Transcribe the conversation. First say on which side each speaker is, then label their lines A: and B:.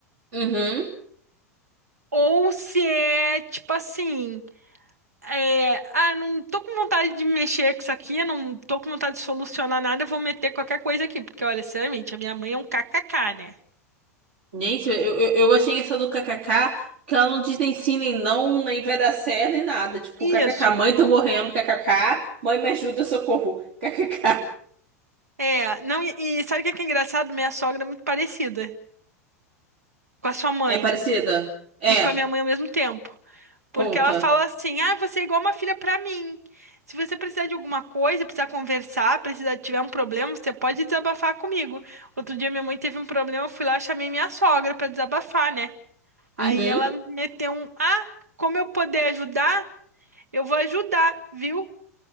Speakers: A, on the right (about 60°); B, on the right (about 75°).
A: Uhum.
B: Ou se é tipo assim, é, ah, não tô com vontade de mexer com isso aqui, eu não tô com vontade de solucionar nada, eu vou meter qualquer coisa aqui, porque olha, sinceramente, a minha mãe é um kkk, né?
A: Gente, eu, eu, eu achei essa do kkk, que ela não diz nem sim, nem não, nem vai dar certo, nem nada. Tipo,
B: Isso.
A: kkk, mãe, tô morrendo, kkk, mãe, me ajuda, socorro, <laughs> kkk.
B: É, não, e, e sabe o que é que é engraçado? Minha sogra é muito parecida com a sua mãe.
A: É parecida? É,
B: e com a minha mãe ao mesmo tempo.
A: conta.
B: Porque ela fala assim: ah, você é igual uma filha pra mim. Se você precisar de alguma coisa, precisar conversar, precisar tiver um problema, você pode desabafar comigo. Outro dia minha mãe teve um problema, eu fui lá, chamei minha sogra pra desabafar, né? Aí
A: Uhum,
B: ela meteu um: ah, como eu poder ajudar? Eu vou ajudar, viu?